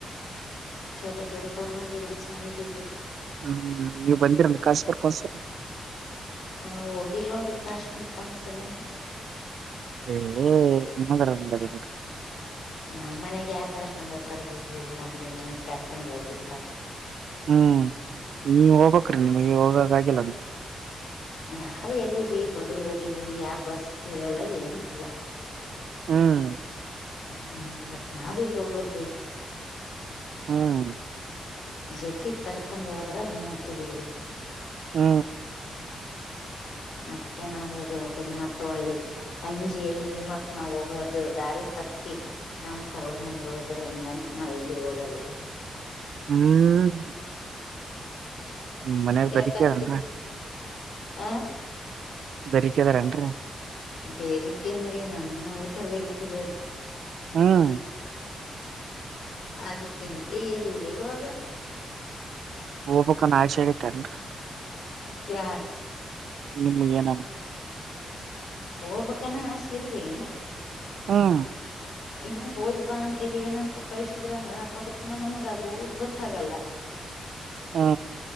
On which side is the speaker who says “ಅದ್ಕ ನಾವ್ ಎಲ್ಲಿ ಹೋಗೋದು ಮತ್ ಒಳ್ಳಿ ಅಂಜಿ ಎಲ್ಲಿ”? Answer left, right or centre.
Left